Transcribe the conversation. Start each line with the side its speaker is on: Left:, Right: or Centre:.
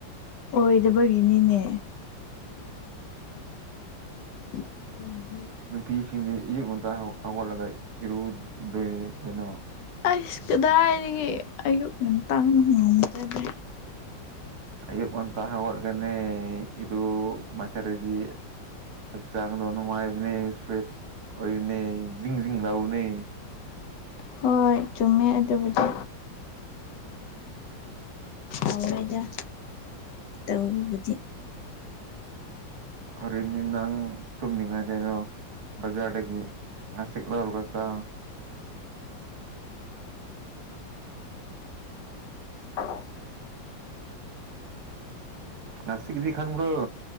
Left: ꯑꯣꯏꯗꯕꯒꯤꯅꯤꯅꯦ ꯎꯝ <inaudible> <unintelligible>
Right: ꯅꯨꯄꯤꯁꯤꯡꯗꯤ ꯑꯌꯨꯛ ꯉꯟꯇꯥ ꯍꯧ ꯍꯧꯒꯠꯂꯒ ꯏꯔꯨꯗꯣꯏꯅꯦ ꯀꯩꯅꯣ
Left: ꯑꯩꯁ ꯀꯗꯥꯏꯗꯒꯤ ꯑꯌꯨꯛ ꯉꯟꯇꯥꯅ ꯉꯝꯖꯗ꯭ꯔꯦ
Right: ꯑꯌꯨꯛ ꯉꯟꯇ ꯍꯧꯒꯠꯂꯒꯅꯦ ꯏꯔꯨꯃꯥꯏ ꯔꯗꯤ ꯍꯛꯆꯥꯡꯗꯣ ꯅꯨꯡꯉꯥꯏꯕꯅꯦ ꯐ꯭ꯔꯦꯁ ꯑꯣꯏꯕꯅꯦ ꯖꯤꯡ ꯖꯤꯡ ꯂꯥꯎꯕꯅꯦ
Left: ꯍꯣꯏ ꯆꯨꯝꯃꯦ ꯑꯗꯨꯕꯨꯗꯤ ꯍꯥꯎꯋꯦꯗ ꯇꯧꯕꯕꯨꯗꯤ
Right: ꯍꯣꯔꯦꯟꯗꯤ ꯅꯪ ꯇꯨꯝꯅꯤꯡꯉꯥꯏ ꯀꯩꯅꯣ ꯕꯖꯥꯔꯗꯒꯤ ꯉꯥꯆꯤꯛ ꯂꯧꯔꯒ ꯆꯥꯎ
Left: <inaudible> <unintelligible>
Right: ꯉꯆꯤꯛꯇꯤ ꯈꯪꯕ꯭ꯔꯣ